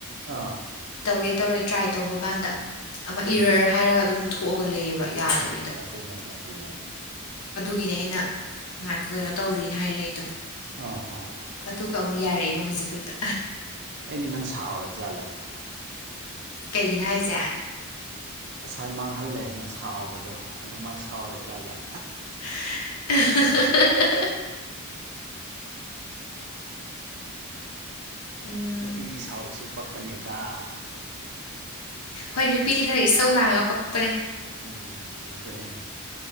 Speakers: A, on the right; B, on the left.
A: ꯑꯥ
B: ꯇꯧꯒꯦ ꯇꯧꯔꯦ ꯇ꯭ꯔꯥꯏ ꯇꯧꯕ ꯀꯥꯟꯗ ꯑꯃ
A: ꯎꯝ
B: ꯏꯔ ꯍꯥꯏꯔꯒ ꯑꯗꯨꯝ ꯊꯣꯛꯑꯒ ꯂꯩꯌꯦꯕ ꯌꯥꯗꯕꯤꯗ
A: ꯑꯣ ꯑꯆꯥ ꯑꯗꯨꯅꯅꯦ ꯑꯗꯨꯅꯅꯦ ꯆꯨꯝꯃꯦ ꯆꯨꯝꯃꯦ
B: ꯑꯗꯨꯏꯅꯦ ꯑꯩꯅ ꯉꯥꯏꯈꯣ ꯀꯩꯅꯣ ꯇꯧꯔꯤꯅ ꯍꯥꯏꯔꯛꯏꯗꯣ
A: ꯑꯥ ꯑꯣ
B: ꯑꯗꯨꯒ ꯑꯃꯨꯛ ꯌꯥꯔꯛꯏꯕ ꯍꯧꯖꯤꯛ ꯈꯛꯇ
A: ꯑꯩ ꯅꯪ ꯁꯥꯎꯔ ꯖꯥꯠꯂ ꯍꯥꯏꯅ
B: ꯀꯩꯒꯤꯅꯣ ꯍꯥꯏꯁꯦ
A: ꯑꯁꯥꯏ ꯃꯥꯡꯍꯜꯂꯦ ꯍꯥꯏꯅ ꯁꯥꯎꯕꯗꯣ ꯑꯗꯨꯃꯥꯏꯅ ꯁꯥꯎꯔꯥ ꯖꯥꯠꯂ
B: <unintelligible> ꯎꯝ
A: ꯅꯨꯄꯤꯗꯤ ꯁꯥꯎꯔꯁꯨ ꯄꯛꯄꯅꯦꯗ
B: ꯍꯣꯏ ꯅꯨꯄꯤꯗꯤ ꯈꯔ ꯏꯁꯧ ꯂꯥꯡꯉꯒ ꯄꯛꯄꯅꯦ
A: ꯎꯝ ꯑꯗꯨꯅꯦ